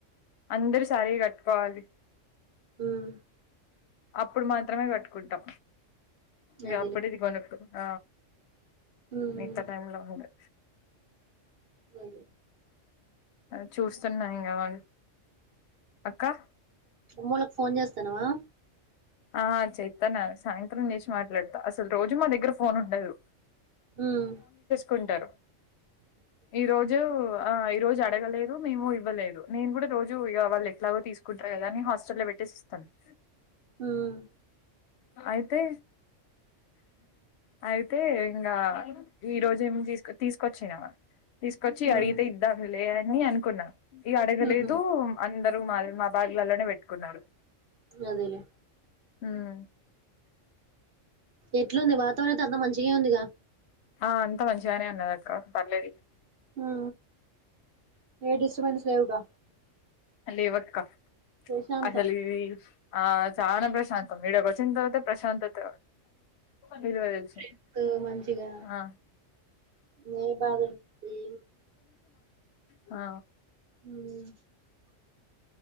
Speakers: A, on the left (about 65°); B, on the right (about 55°).
A: అందరు సారి కట్టుకోవాలి
B: ఉను
A: అప్పుడు మాత్రమే కట్టుకుంటా ఇంక
B: అదేలే.
A: అప్పుడే ఇది కొనుక్కున్న
B: హ్మ్.
A: ఇంత టైమ్ లో మాములే
B: అంతేలే
A: అ చూస్తున్నా ఇంగావళ్ అక్క
B: అమ్మోళ్ళకి ఫోన్ చేస్తాన్నవా
A: ఆ చేత్తాన్న సాయంత్రం చేసి మాట్లాడుతా అసలు రోజు మా దగ్గర ఫోన్ ఉండదు
B: మ్మ్
A: కుంటారు ఈ రోజు ఆ ఈ రోజు అడగలేదు మేము ఇవ్వలేదు నేను కూడా రోజు వాళ్ళు ఎట్లాగో తీసుకుంటారు కదా అని హాస్టల్ లో పెట్టి ష్టాక్స్
B: మ్మ్
A: అయితే అయితే ఇంగా ఈ రోజేమి తీసు తీసుకొచ్చిన తీసుకొచ్చి
B: హ్మ్.
A: అడిగితే ఇద్దాములే అని అనుకున్నా ఇగ అడగలేదు
B: హుహు.
A: అందరు మాల్ మా బాగ్ లలోనే పెట్టుకున్నా
B: అదేలే
A: ఉన
B: ఎట్లుంది వాతావరణం అయితే అంత మంచిగే ఉందిగా
A: ఆ అంత మంచిగానే ఉన్నది అక్క పర్లేదు
B: ఉనా ఏ డిస్టబెన్స్ లేవు గా
A: అ లేవక్క
B: ప్రశాంతం.
A: అసలీ ఇది ఆ చాన ప్రశాంతం ఇడకు వచ్చిన తరువాత ప్రశాంతత విలువ తెలిసింది
B: ఎంతొ మంచిగా
A: ఆ
B: లేవు బాధలు ఏమ్
A: ఆ
B: మ్మ్